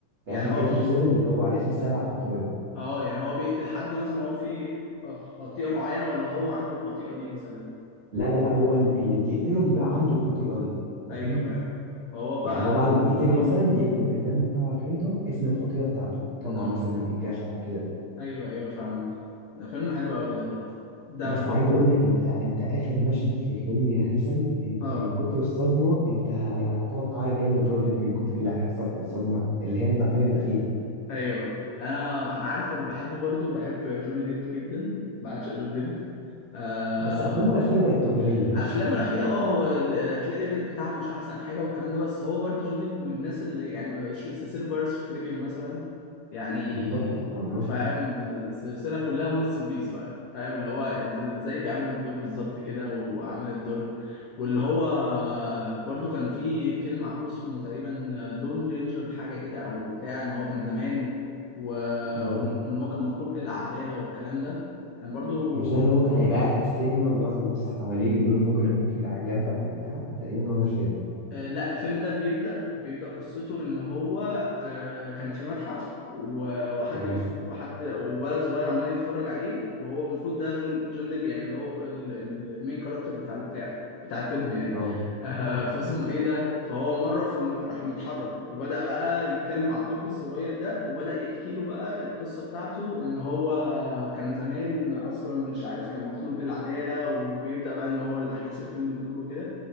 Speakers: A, on the right; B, on the left.
A: فعشان
B: يعني هو
A: كده اسمه سيفن اللي هو على اسم السبع خطايا
B: اه يعني هو بيقتل حد مثلا هو في خطيئه معينه ولا هو عنده الخطيئه دي مثلا
A: لا لا لا هو ال- اللي بيقتله بيبقى عنده الخطيئة دي فاهم
B: ايوه فاهم فهو بقى
A: يعني هو بعد ما بيقتله مثلا بيكتب بالدم
B: مم.
A: بتاعه على الحيطة اسم الخطيئة بتاعته الطمع
B: ان هو
A: مثلا الجشع كده
B: ايوه ايوه فاهم ده فيلم حلو قوي ده برضه ده
A: بس
B: ب...
A: عايز اقول لك انت انت اخر مشهد في الفيلم يا هيثم انت
B: اه
A: من كتر الصدمة انت ه- يعني هتقعد تعيط جنب براد بيت من كتر اللي هيحصل في الصدمة اللي هي الضحية الأخيرة دي
B: ايوه انا انا عارف اللي بحبه برضه بحب جوني ديب جدا بعشق جوني ديب آه...
A: بس افلامه الأخيرة بقت تجارية مش
B: افلامه
A: ناجحة
B: الاخيره اه هو ال- تلاقي الريت بتاعها مش احسن حاجه والكلام ده بس هو برضه جوني ديب من الناس اللي يعني شو- سلسله بايرتس اوف كاريبيان مثلا يعني
A: دي تحفة طبعا اه
B: فاهم السلسلة كلها ماستر بيس بقى فاهم اللي هو انت ازاي بيعمل الدور بالظبط كده وعامل الدور واللي هو برضو كان في فيلم عامله اسمه تقريبا لون رينجر حاجة كده او بتاع ان هو كان زمان و...
A: اه
B: وان وإن هو كان مطلوب للعدالة والكلام ده كان برضو
A: مش ده اللي هو كان هيبقى قاعد في السينما ويقعد يبص حواليه ويقول المجرم ممكن يبقى قاعد جنبك وبتاع تقريبا هو ده الفيلم
B: آه، لا الفيلم ده بيبدأ بيبدأ قصته إن هو آه، كان في متحف و- وحد
A: تمام
B: بيتف... وحد وولد صغير عمال يتفرج عليه وهو المفروض ده جون جون ديب يعني اللي هو ال- ال- المين كاركتر بتاع البتاع بتاع الفيلم يعني
A: اه
B: <laughs> آه، فاسمه إيه ده؟ فهو مرة في الم... راح متحرك وبدأ بقى يتكلم مع الطفل الصغير ده وبدأ يحكي له بقى القصة بتاعته إن هو كان زمان أصلا مش عارف كان مطلوب للعدالة وبيبدأ بقى إن هو الأحداث الفيلم تدور وكده